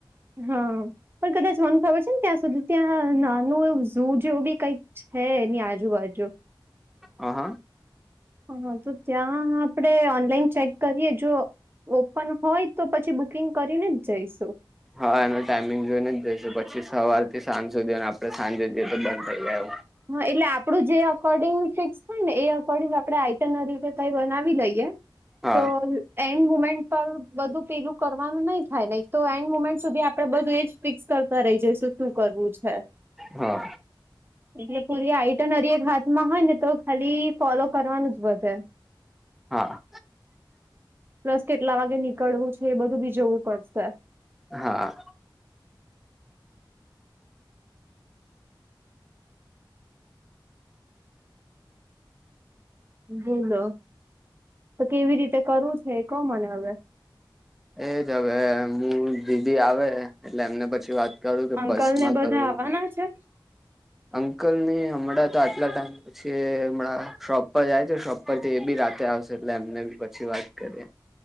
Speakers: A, on the right (about 25°); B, in the centre.
A: હા પણ કદાચ મને ખબર છે ને ત્યાં સુધી ત્યાં નાનું ું જેવું બી કઈક છે ની આજુબાજુ
B: હ હા
A: હ તો ત્યાં આપડણે ઓનલાઈન ચેક કરીએ જો ઓપન હોય તો પછી બુકિંગ કરીને જ જઈશું
B: હા એનો ટાઈમિંગ જોઈને જ જઈશું પછી સવાર થી સાંજ સુધીને આપડણે સાંજે જઈએ તો બંધ થઈ ગાય
A: હા એટલે આપડું જે અકોર્ડિંગ ફિક્સ થય ને એ અકોર્ડિંગ આપડે આઈટન રીતે કઈ બનાવી લઈએ
B: હા
A: તો એન્ડ મુમેન્ટ પર બધું પેલું કરવાનું નહી થાય નહીિ તો એન્ડ મુમેન્ટ સુધી આપડે બધું એજ ફિક્સ કર ઈ જઈશું શું કરવું છે
B: હા
A: એટલે પૂરી આઈટન હરી એક હાથમાં હોય ને તો ખાલી ફોલો કરવાનું જ વધે
B: હા
A: પ્લસ કેટલા વાગે નીકળવું છે એ બધું બી જોવું પડશે
B: હા
A: બોલો તો કેવી રીતે કરવું છે કો મને હવે
B: એજ હવે હું દીદી આવે એટલે એમને પછી વાત કરું કે
A: અંકલ
B: બસ માં
A: ને બધા
B: કરવું
A: આવવાના છે
B: અંકલ નહી હમણાં તો આટલા ટાઈમ પછી એ હમણાં શોપ પર જાય છે શોપ પરથી એ બી રાતે આવશે એટલે એમને બી પછી વાત કરી